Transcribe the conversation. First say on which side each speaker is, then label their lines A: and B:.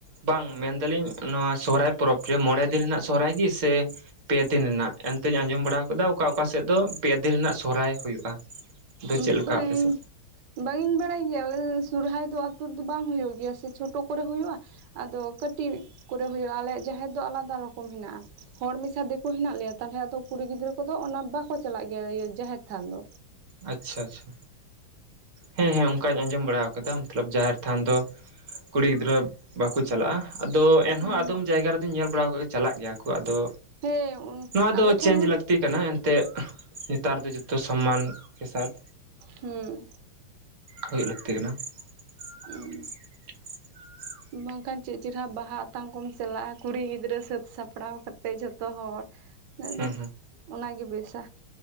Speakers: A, on the right; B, on the right.
A: ᱵᱟᱝ ᱢᱮᱱᱫᱟᱞᱤᱧ ᱱᱚᱣᱟ ᱥᱚᱦᱚᱨᱟᱭ ᱯᱚᱨᱚᱵᱽ ᱨᱮ, ᱢᱚᱬᱮ ᱫᱤᱱ ᱨᱮᱱᱟᱜ ᱥᱚᱦᱚᱨᱟᱭ ᱜᱮ ᱥᱮ ᱯᱮ ᱫᱤᱱ ᱨᱮᱱᱟᱜ ᱮᱱᱛᱮᱧ ᱟᱸᱡᱚᱢ ᱵᱟᱲᱟ ᱠᱟᱫᱟ ᱚᱠᱟ ᱚᱠᱟ ᱥᱮᱫ ᱫᱚ, ᱯᱮ ᱫᱤᱱ ᱨᱮᱱᱟᱜ ᱥᱚᱦᱨᱟᱭ ᱦᱩᱭᱩᱜᱼᱟ᱾ ᱫᱚ
B: ᱮ
A: ᱪᱮᱫ ᱞᱮᱠᱟ
B: ᱵᱟᱝ᱾
A: ᱟᱯᱮᱥᱮᱫ
B: ᱵᱟᱝ ᱤᱧ ᱵᱟᱲᱟᱭ ᱜᱮᱭᱟ ᱥᱚᱨᱦᱟᱭ ᱫᱚ ᱟᱛᱩ ᱨᱮᱫᱚ ᱵᱟᱝ ᱦᱩᱭᱩᱜ ᱜᱮᱭᱟ ᱥᱮ ᱪᱷᱳᱴᱳ ᱠᱚᱨᱮ ᱦᱩᱭᱩᱜᱼᱟ᱾ ᱟᱫᱚ ᱠᱟᱹᱴᱤᱡ ᱠᱚᱨᱮ ᱦᱩᱭᱩᱜᱼᱟ, ᱟᱞᱮᱭᱟᱜ ᱡᱟᱦᱮᱨ ᱫᱚ ᱟᱞᱟᱫᱟ ᱨᱚᱠᱚᱢ ᱦᱮᱱᱟᱜᱼᱟ᱾ ᱦᱚᱲ ᱢᱮᱥᱟ ᱫᱤᱠᱩ ᱦᱮᱱᱟᱜ ᱞᱮᱭᱟ ᱛᱟᱦᱞᱮ ᱟᱫᱚ ᱠᱩᱲᱤ ᱜᱤᱫᱽᱨᱟᱹ ᱠᱚᱫᱚ, ᱚᱱᱟ ᱵᱟᱠᱚ ᱪᱟᱞᱟᱜ ᱜᱮᱭᱟ ᱡᱟᱦᱮᱨ ᱛᱷᱟᱱ ᱫᱚ᱾
A: ᱟᱪᱪᱷᱟ ᱟᱪᱪᱷᱟ ᱦᱮᱸ ᱦᱮᱸ ᱚᱱᱠᱟᱧ ᱟᱸᱡᱚᱢ ᱵᱟᱲᱟ ᱟᱠᱟᱫᱟ ᱢᱚᱛᱞᱚᱵ ᱡᱟᱦᱮᱨ ᱛᱷᱟᱱ ᱫᱚ, ᱠᱩᱲᱤ ᱜᱤᱫᱽᱨᱟᱹ ᱵᱟᱠᱚ ᱪᱟᱞᱟᱜᱼᱟ᱾ ᱟᱫᱚ ᱮᱱᱦᱚᱸ
B: ᱦᱩᱸ
A: ᱟᱫᱚᱢ ᱡᱟᱭᱜᱟ ᱨᱮᱫᱚᱧ ᱧᱮᱞ ᱵᱟᱲᱟ ᱟᱠᱟᱜ ᱠᱚ ᱪᱟᱞᱟᱜ ᱜᱮᱭᱟ ᱠᱚ ᱟᱫᱚ᱾
B: ᱦᱮᱸ
A: ᱱᱚᱣᱟ ᱫᱚ
B: ᱟᱞᱮ
A: ᱪᱮᱧᱡᱽ
B: ᱴᱷᱮᱱ ᱦᱩᱸ
A: ᱞᱟᱹᱠᱛᱤ ᱠᱟᱱᱟ ᱮᱱᱛᱮᱫ᱾ ᱱᱮᱛᱟᱨ ᱫᱚ ᱡᱚᱛᱚ ᱥᱚᱢᱟᱱ ᱠᱮ ᱥᱟᱛ
B: ᱦᱩᱸ
A: ᱦᱩᱭᱩᱜ ᱞᱟᱹᱠᱛᱤ ᱠᱟᱱᱟ᱾ <unintelligible>
B: ᱦᱩᱸ ᱵᱟᱝᱠᱷᱟᱱ ᱪᱮᱫ ᱪᱮᱦᱨᱟ ᱵᱟᱦᱟ ᱟᱛᱟᱝ ᱠᱚᱢ ᱪᱟᱞᱟᱜᱼᱟ ᱠᱩᱲᱤ ᱜᱤᱫᱽᱨᱟᱹ ᱥᱟᱹᱛ ᱥᱟᱯᱲᱟᱣ ᱠᱟᱛᱮᱫ ᱡᱷᱚᱛᱚ ᱦᱚᱲ᱾ ᱟᱞᱮ
A: ᱦᱩᱸ
B: ᱫᱚ ᱚᱱᱟᱜᱮ ᱵᱮᱥᱟ᱾